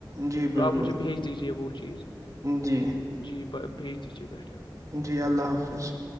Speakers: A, on the right; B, on the left.
A: جی
B: تو
A: بالکل
B: آپ مجھے بھیج دیجیے وہ چیز
A: جی
B: جی بھیج دیجے پٹھ <unintelligible>
A: جی اللہ حافظ <unintelligible>